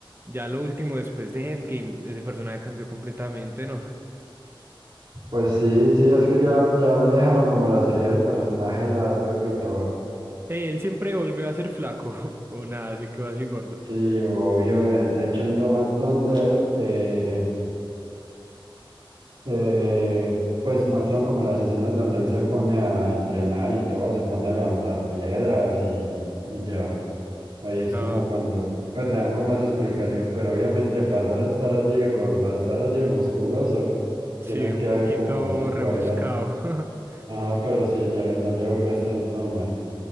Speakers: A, on the right; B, on the right.
A: Ya lo último, después de Endgame, ese personaje cambió completamente, ¿no?
B: Pues sí, sí, es que ya, ya le dejaron como la serie del personaje al lado y todo.
A: Ey, él siempre volvió a ser flaco, <laughs> o nada, se quedó así gordo.
B: Sí, obvio. en- de hecho, en Love and Thunder, eh, eh, pues muestran como las escenas donde él se pone a entrenar y todo, se pone a levantar piedras y, y ya. Ahí es
A: No.
B: como cuando pues, le dan como esa explicación, pero obviamente pasar a estar así de gordo, a estar así de musculoso, tiene
A: Sí, un
B: que haber
A: poquito
B: como secuelas.
A: rebuscado. <laughs>
B: Ajá, pero sí, ya el man ya volvió a estar normal.